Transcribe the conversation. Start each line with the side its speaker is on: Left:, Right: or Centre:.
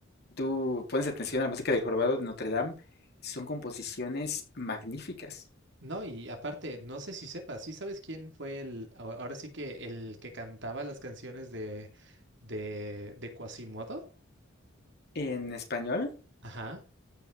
Left: tú pones atención a la música del Jorobado de Notre Dame, son composiciones magníficas.
Right: No, y aparte, no sé si sepas, ¿sí sabes quién fue el, a- ahora sí que el que cantaba las canciones de, de, de Quasimodo?
Left: En español.
Right: Ajá.